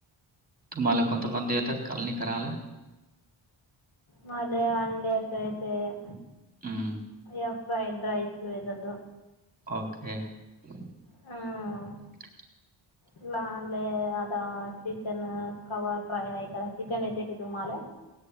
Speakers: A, on the right (about 20°); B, on the left (about 90°).
A: तुम्हाला कोणता पण द येतात काल नाही करायला.
B: मला अंडे येतो येत.
A: हम्म.
B: अ फ्रईंड रईस.
A: ओके. <unintelligible>
B: हां लहानले आता चिकन कवर ट्राय नाही क चिकन येते की तुम्हाला.